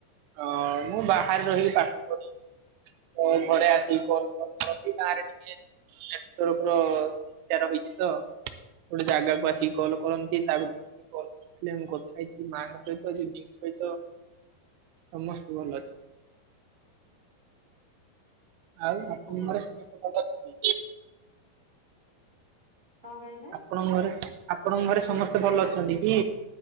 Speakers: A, on the right; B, on the right.
A: ଅ ମୁଁ ବାହାରେ ରହିକି ପାଠ। ଚଟଣି ତ ଘରେ ଆସିକି କମ୍ କମ୍ ଖାଉଚି ଗାଁ ରେ ଟିକିଏ <unintelligible> ସମସ୍ୟା ରହିଛି ତ। ଗୋଟେ ଜାଗାକୁ ଆସିକି କଲ୍ କରନ୍ତି ତା ଭିତ ସେ କଲ କରିଥିଲେ ମୁଁ କଥା ହେଇଚି ମାଙ୍କ ସହିତ ଦିଦିଙ୍କ ସହିତ। ସମସ୍ତେ ଭଲ ଅଛି। ଆଉ ଆପଣଙ୍କର
B: ହୁଁ ହୁଁ
A: ସମସ୍ତେ ଭଲ ଅଛନ୍ତି?
B: କଣ କହିଲେ?
A: ଆପଣଙ୍କ ଘରେ ଆପଣଙ୍କ ଘରେ ସମସ୍ତେ ଭଲ ଅଛନ୍ତି କି?